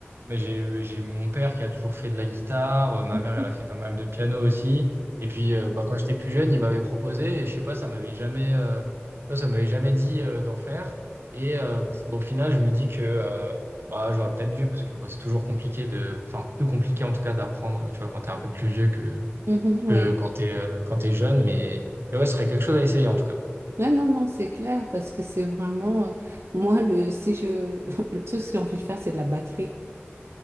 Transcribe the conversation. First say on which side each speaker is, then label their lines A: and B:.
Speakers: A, on the right; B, on the right.
A: ben, j'ai, j'ai mon père qui a toujours fait de la guitare, euh, ma
B: Oui.
A: mère elle a fait pas mal de piano aussi. Et puis euh, bah, quand j'étais plus jeune, il m'avait proposé et je sais pas, ça m'avait jamais, euh, ouais, ça m'avait jamais dit euh, d'en faire. Et euh, bon, au final, je me dis que euh, bah, j'aurais peut-être dû parce que bon, c'est toujours compliqué de, enfin plus compliqué en tout cas d'apprendre, tu vois, quand t'es un peu plus vieux que
B: ouais.
A: que quand t'es euh, quand t'es jeune, mais, mais ouais, ce serait quelque chose à essayer en tout cas.
B: Non, non, non, c'est clair, parce que c'est vraiment. euh, Moi, le, si je, <laughs> le truc que j'ai envie de faire, c'est de la batterie.